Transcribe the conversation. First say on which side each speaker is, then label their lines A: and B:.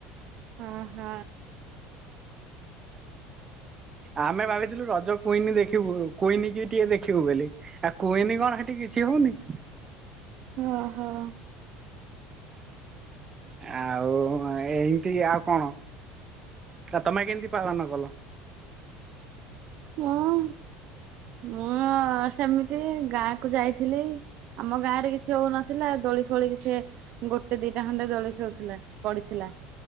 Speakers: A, on the right (about 40°); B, on the right (about 15°).
A: ହଁ ହ।
B: ଆମେ ଭାବିଥିଲୁ ରଜ କୁଇନି ଦେଖିବୁ କୁଇନି କି ଟିକେ ଦେଖିବୁ ବୋଲି ଆ। କ୍ୱିନ୍ କଣ ସେଠି କିଛି ହଉନି।
A: <unintelligible>
B: ଆଉ ଏମତି ଆଉ କଣ। ତମେ କେମିତି ପାଳନ କଲ?
A: ହଁ। ମୁଁ ସେମିତି ଗାଁ କୁ ଯାଇଥିଲି। ଆମ ଗାଁରେ କିଛି ହଉନଥିଲା ଦୋଳି ଫୋଳି କିଛି। ଗୋଟେ ଦିଟା ଖଣ୍ଡେ ଦୋଳି ଖେଳୁଥିଲା ପଡିଥିଲା